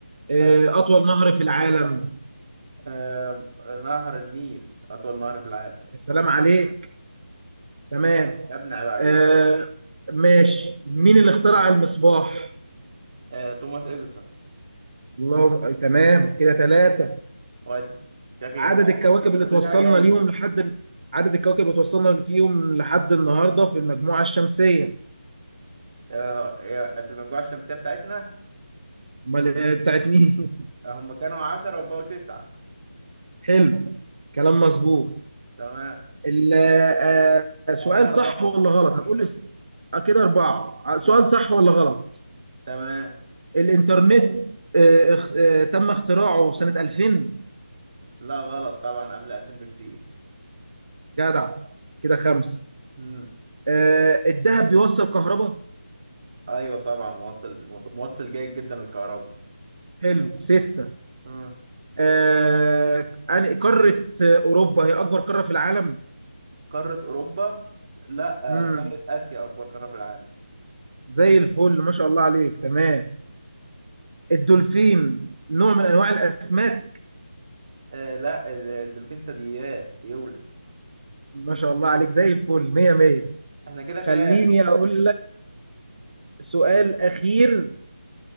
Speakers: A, on the right; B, on the right.
A: آه،
B: ود-
A: اطول نهر في العالم
B: آه، نهر النيل أطول نهر في العالم
A: سلام عليك تمام
B: يا ابني عيب عليك
A: آه، ماشي مين اللي اخترع المصباح
B: آه، توماس إديسون
A: الله تمام كده ثلاثه
B: ود شكل
A: عدد
B: فيها
A: الكواكب اللي
B: شكل
A: توصلنا
B: فيها جايزة
A: ليهم لحد عدد الكواكب اللي توصلنا فيهم لحد النهارده في المجموعه الشمسيه
B: آه، آه، في المجموعة الشمسية بتاعتنا
A: امال آه، بتاعت مين <laughs>
B: هم كانوا 10 وبقوا 9
A: حلو كلام مظبوط
B: تمام
A: ال- آه، سؤال
B: يعني كده أربعة
A: صح ولا غلط هتقول لي س- آه، كده أربعة آه،
B: اه
A: سؤال صح ولا غلط
B: تمام
A: الإنترنت آه، اخ- آه، تم اختراعه سنة 2000
B: لا غلط طبعا قبل 2000 بكتير
A: جدع كده خمسة
B: امم
A: آه، الذهب بيوصل كهرباء
B: ايوه طبعا موصل موصل جيد جدا للكهرباء
A: حلو ستة
B: امم
A: آه، أنا- قارة آه، أوروبا هي أكبر قارة في العالم
B: قارة أوروبا لا
A: مم.
B: آه، قارة آسيا أكبر قارة في العالم
A: زي الفل ما شاء الله عليك تمام الدولفين نوع من أنواع الأسماك
B: آه لا ال- الدولفين ثدييات بيولد
A: ما شاء الله عليك زي الفل مية مية
B: احنا كده
A: خليني
B: كام؟
A: أقول سؤال اخير